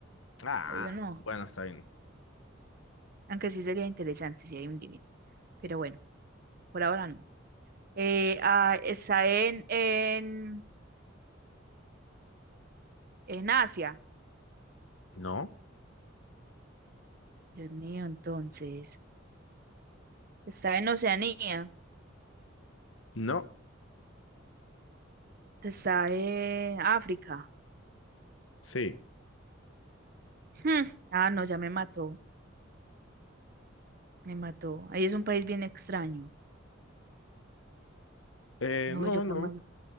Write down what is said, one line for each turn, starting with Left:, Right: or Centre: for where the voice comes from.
Left: Ah,
Right: obvio no.
Left: bueno, está bien.
Right: Aunque sí sería interesante si hay un límite. Pero bueno, por ahora no. Eh, ah, está en, en, en Asia.
Left: No,
Right: Dios mío, entonces. Está en Oceanía.
Left: no,
Right: Está en África.
Left: sí.
Right: Hmm, Ah, no, ya me mató. Me mató. Ahí es un país bien extraño.
Left: Eh,
Right: No,
Left: no,
Right: yo qué
Left: no.
Right: más,